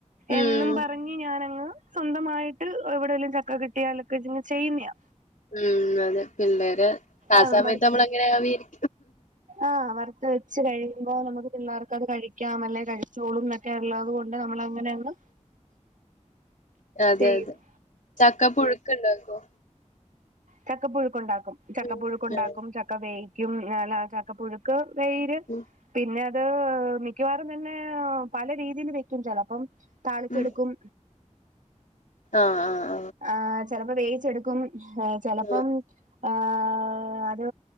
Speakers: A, on the left; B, on the right.
A: ഉം
B: എന്നും പറഞ്ഞു ഞാനങ്ങ് സ്വന്തമായിട്ട് എവിടെയെലും ചക്ക കിട്ടിയാലൊക്കെ ച് ചെയ്യുന്നയാ.
A: മ്മ് അതെ പിള്ളേര് ആ
B: ആഹ്
A: സമയത്ത്
B: വറുത്ത്
A: നമ്മള് അങ്ങനെ വീട്ടി
B: ആഹ് ആ വെച്ച് കഴിയുമ്പോ നമക്ക് പിള്ളേർ ചിക്കൻ കഴിക്കാം അല്ലെ കഴിച്ചോളും എന്നോക്കെ ഉള്ളത് കൊണ്ട് <unintelligible> അങ്ങനെയന്ന്
A: അതെ
B: ചെയ്യുതു
A: അതെ ചക്ക പുഴുക്കുണ്ടാക്കോ?
B: ചക്ക പുഴുക്കുണ്ടാക്കും ചക്ക
A: ഉം.
B: പുഴുക്കുണ്ടാക്കും
A: ആഹ്
B: ചക്ക വേ <unintelligible> ചക്ക പുഴുക്ക് വയിര്
A: ഉം
B: പിന്നെ ത് മിക്കവാറും പിന്നെ പല രീതിയിൽ വെക്കും ചിലപ്പോൾ താളിച്ചെടുക്കും
A: ഉം ആ ആ
B: ആ ചിലപ്പോ വേവിച്ചെടുക്കും ആഹ് ചിലപ്പം
A: ആഹ്
B: ആ അത്